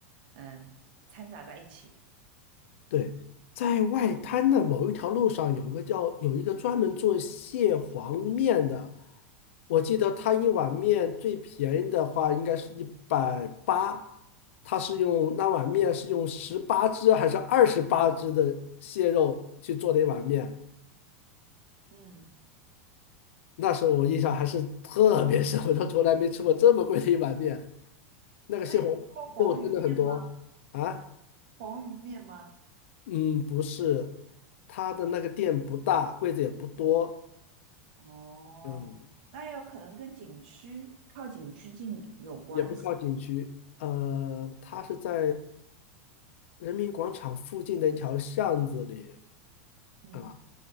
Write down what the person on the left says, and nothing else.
对，在外滩的某一条路上有一个叫有一个专门做蟹黄面的，我记得他一碗面最便宜的话应该是一百八，他是用那碗面是用十八只还是二十八只的蟹肉去做的一碗面。
那时候我印象还是特别深，我说从来没吃过这么贵的一碗面。那个蟹黄肉真的很多啊，
嗯，不是，它的那个店不大，柜子也不多，
嗯，
也不靠景区，呃，它是在人民广场附近的一条巷子里
啊，